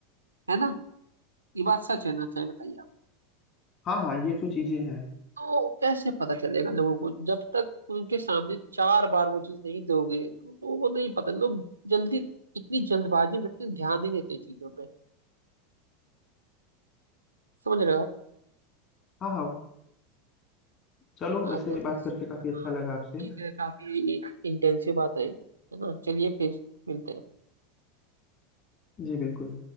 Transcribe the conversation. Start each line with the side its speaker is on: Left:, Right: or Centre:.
Right: है ना ये बात सच है ना चाहे बताइए आप
Left: हाँ हाँ ये तो चीजें हैं
Right: तो कैसे पता चलेगा लोगों को जब तक उनके सामने चार बार वो चीज नहीं दोगे तो लोगों को नहीं पता लोग जल्दी इतनी जल्दबाजी में इतना ध्यान नहीं देते चीजों पे समझ रहे हो
Left: हाँ हाँ चलो
Right: हाँ
Left: वैसे
Right: तो बस,
Left: बात करके काफी
Right: हाँ,
Left: अच्छा लगा आपसे
Right: ठीक है काफी इंटेंसिव बात रही है ना चलिए फिर मिलते हैं
Left: जी बिल्कुल